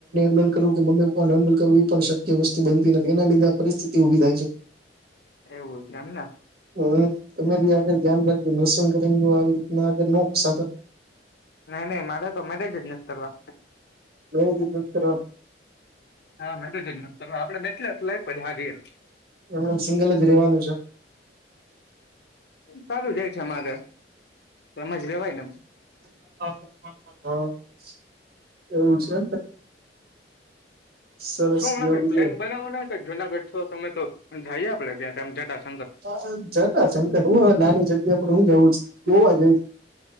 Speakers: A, on the right (about 60°); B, on the left (about 65°).
A: લોગ કરવું કે મમ્મી પપ્પાને ડર કરવું એ પણ શક્ય વસ્તુ બનતી નથી એના લીધે પરિસ્થિતિ ઉભી થાય છે.
B: એવું છે એમને
A: હમ તમે બી આગળ ધ્યાન રાખો. જો નર્સિંગ કરીને જો આવી રીતના આગ ન ફસાતા.
B: નહીં નહીં મારે તો મેરેજ નથી કરવા.
A: મેરેજ જ નથી કરવા.
B: હા મેધું જજ્ઞત આપડે બેઠલા લઈ હા ગયા.
A: એમને સિંગલ જ રેવાનું છે
B: સારું જાય છે, અમારે એજ લેવાય ને એમ.
A: <unintelligible> એવું છે. સરસ
B: શુંણા
A: જો બીજું
B: પ્લેન બનાવો ના જુનાગઢ છો. સમય તો જઈએ આપે ત્યાં જ
A: હું જટાશંકર હું હ નાની જગ્યા પર હું જાઉં છું ગોવા જઈશ.